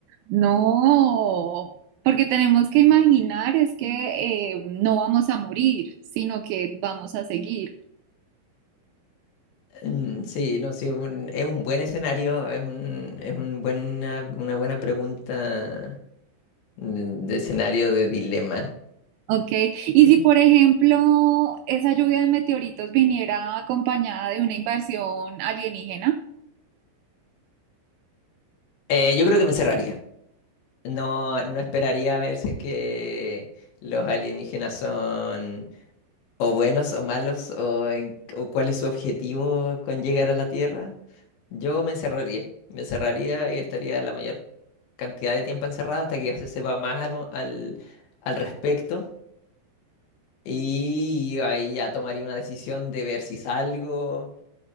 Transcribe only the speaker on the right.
No, porque tenemos que imaginar es que eh, no vamos a morir, sino que vamos a seguir.
Ok, y
si por ejemplo esa lluvia de meteoritos viniera acompañada de una invasión alienígena,